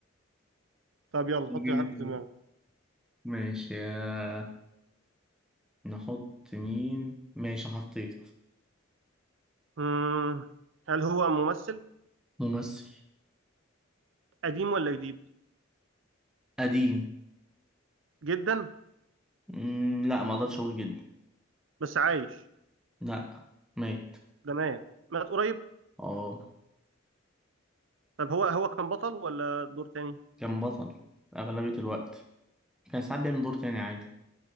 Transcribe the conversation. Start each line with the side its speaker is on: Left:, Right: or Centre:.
Right: طب يلا
Centre: <laughs>
Right: حط حد في دماغك
Centre: ماشي يا نحط مين ماشي حطيت
Right: مم. هل هو ممثل
Centre: ممثل
Right: قديم ولا جديد
Centre: قديم
Right: جدا
Centre: مم لا ما اقدرش اقول جدا
Right: بس عايش
Centre: لا ميت
Right: ده مات مات قريب
Centre: اه
Right: طب هو هو كان بطل ولا دور تاني
Centre: كان بطل اغلبية الوقت كان ساعات بيعمل دور تاني عادي